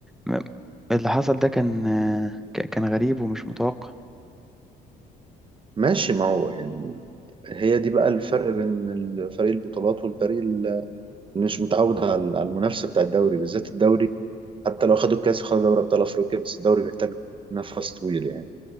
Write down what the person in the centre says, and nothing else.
م- اللي حصل ده كان آه، ك- كان غريب ومش متوقع